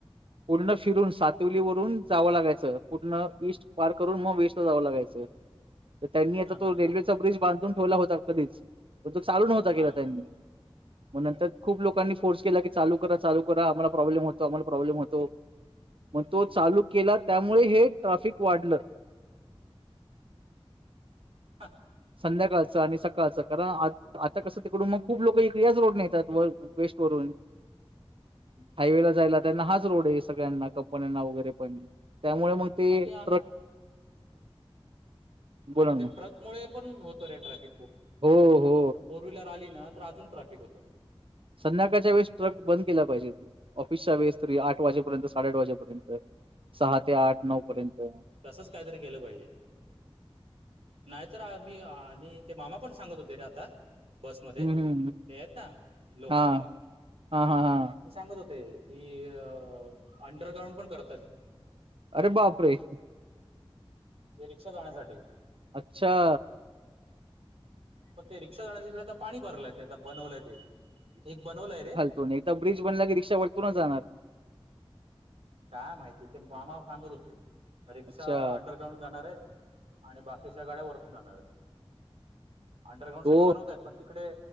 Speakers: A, on the right; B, on the right.
A: पूर्ण फिरून सातवली वरून जावं लागायचं. पूर्ण ईस्ट पार करून म वेस्ट ला जावं लागायचं. तर त्यांनी आता
B: हा
A: तो
B: हा
A: रेल्वेचा
B: हा
A: ब्रिज बांधून ठेवला होता कधीच पण तो चालू नव्हता केला
B: हा
A: त्यांनी म नंतर खूप लोकांनी
B: ओके
A: फोर्स केला कि चालू करा, चालू करा आम्हाला प्रॉब्लेम होतोय, आम्हाला प्रॉब्लेम होतोय मग तो चालू केला तर त्यामुळे हे ट्राफिक वाढलं.
B: हा,
A: संध्याकाळचं आणि सकाळचं करा, आज आता कसं तिकडून मग खूप लोक इ याच रोडने येतात व वेस्ट वरून.
B: <inaudible>
A: हायवे ला जायला त्यांना हाच रोड ये, सगळ्यांना कपन्यांना वगैरे पण त्यामुळे मग ते
B: आणि
A: ट्रक बोला
B: आणि
A: ना
B: त्या ट्रक मुळे पण होत रे ट्रॅफिक खूप.
A: हो, हो....
B: तर फोर व्हीलर आली ना, तर अजून ट्रॅफिक होतं.
A: संध्याकाळच्या वेळेस ट्रक बंद केल्या पाहिजेत. ऑफिसच्या वेळेस तरी आठ वाजेपर्यंत, साडे आठ वाजेपर्यंत सहा ते आठ नऊ पर्यंत.
B: तसच काहीतरी केलं पाहिजे. नाही तर आज मी आणि ते मामा पण सांगत होते रे आता. बसमध्ये
A: हम्म
B: ते आहेत ना, लोहार
A: हा
B: मामा.
A: हा हा हा
B: ते सांगत होते की, अं अंडरग्राउंड पण करताहेत.
A: अरे बापरे.
B: ते रिक्षा जाण्यासाठी.
A: अच्छा....
B: पण ते रिक्षा जाण्याच्या इकडे आता पाणी भरलंय आता बनवलंय ते, एक बनवलंय रे.
A: तो एकदा ब्रिज बनला की रिक्षा वरतूनच जाणार.
B: काय माहिती ते मामा सांगत होते, रिक्षा
A: अच्छा
B: अंडरग्राउंड जाणारे आणि बाकीच्या गाड्या वरतुन जाणार आहेत, अंडरग्राउंड
A: हो
B: साठी बनवता आहेत. पण तिकडे